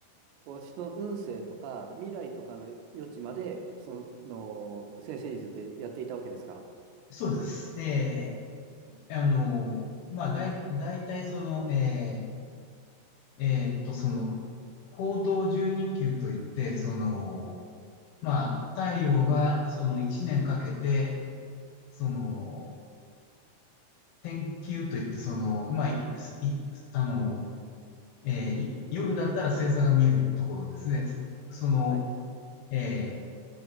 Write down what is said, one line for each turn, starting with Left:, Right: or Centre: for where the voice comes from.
Right: 私の運勢とか未来とかの余地まで、その、先生術でやっていたわけですか
Left: そうです。ええ、あの、まあ、だい、大体その、ええ、えーっと、その、行動十二級といって、その、まあ、太陽がその一年かけて、その、天球といって、その、まあ、い、いあの、えーい夜だったら星座が見えるところですね。その、
Right: はい、
Left: え